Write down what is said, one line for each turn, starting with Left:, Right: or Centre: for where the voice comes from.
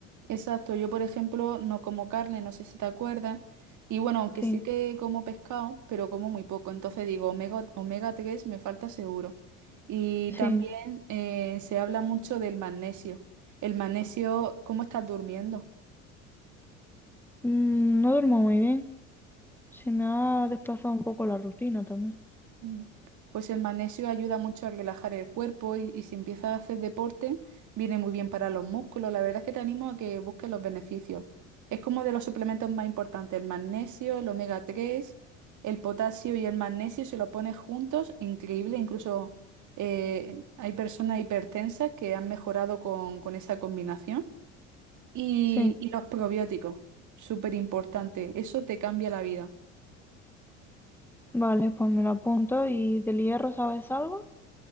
Right: Exacto, yo por ejemplo no como carne, no sé si te acuerdas, y bueno, aunque
Centre: Sí,
Right: sí que como pescado, pero como muy poco, entonces digo omega, omega 3 me falta seguro. Y
Centre: sí.
Right: también eh, se habla mucho del magnesio. El magnesio, ¿cómo estás durmiendo?
Centre: Mm, No duermo muy bien. Se me ha desplazado un poco la rutina también.
Right: Mm. Pues el magnesio ayuda mucho a relajar el cuerpo y, y si empiezas a hacer deporte, viene muy bien para los músculos. La verdad es que te animo a que busques los beneficios. Es como de los suplementos más importantes, el magnesio, el omega 3, el potasio y el magnesio, si lo pones juntos, increíble. Incluso eh, hay personas hipertensas que han mejorado con, con esa combinación. Y,
Centre: Sí,
Right: y los probióticos, súper importante. Eso te cambia la vida.
Centre: vale, pues me lo apunto. ¿Y del hierro sabes algo?